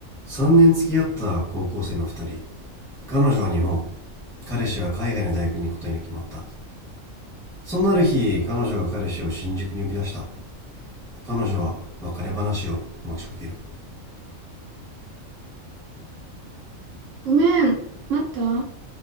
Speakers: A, in the centre; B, on the right (about 70°).
A: 3年付き合った高校生の2人彼女は日本彼氏は海外の大学に行くことに決まったそんなある日彼女が彼氏を新宿に呼び出した彼女は別れ話を持ちかける
B: ごめん、待った